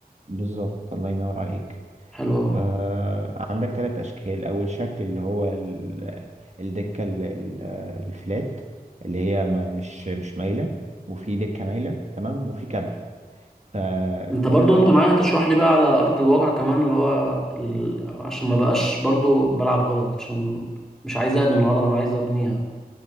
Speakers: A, on the right; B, in the centre.
A: بالظبط الله ينور عليك
B: حلو
A: فعندك
B: قوي
A: ثلاث أشكال أول شكل اللي هو ال- الدكة ال- ال- الفلات اللي هي ما- مش مش مايلة وفي دكة مايلة تمام وفي كابل فكل
B: انت برضو
A: واحدة
B: انت معايا تشرح لي بقى على ارض الواقع كمان اللي هو ال... عشان ما بقاش برضو بلعب غلط عشان مش عايز اهدم العضله انا عايز ابنيها